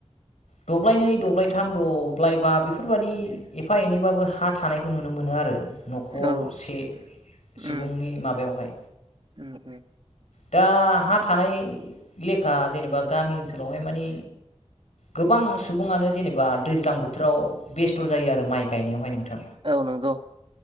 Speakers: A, on the left; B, on the right.
A: दब्लाय नै दब्लायथाम द'ब्लाय बा बेफोरबादि एफा एनैबाबो हा थानाय खौ नुनो मोनो आरो। न'खरसे
B: औ उम
A: सुबुंनि माबायावहाय
B: उम उम
A: दा हा थानाय लेखा जेनेबा गामि ओनसोलावहाय मानि गोबां सुबुङानो जेनेबा दैज्लां बोथोराव बेस्थ' जायो आरो माइ गायनायावहाय नोंथां।
B: औ नोंगौ।